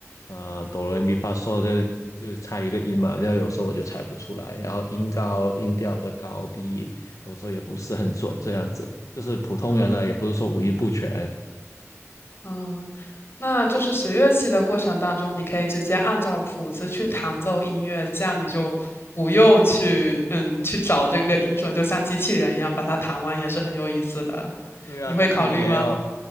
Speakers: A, on the left; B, on the left.
A: 呃哆来咪发嗦，就就猜一个音嘛，然后有时候我就猜不出来，然后音高音调的高低有时候也不是很准，这样子就是普通人呢，
B: 嗯。
A: 也不是说五音不全，
B: 嗯，那就是学乐器的过程当中，你可以直接按照谱子去弹奏音乐，这样你就不用去嗯去找这个音准，就像机器人一样把它弹完，也是很有意思的。
A: 对啊，
B: 你会考虑吗？
A: 但是你也要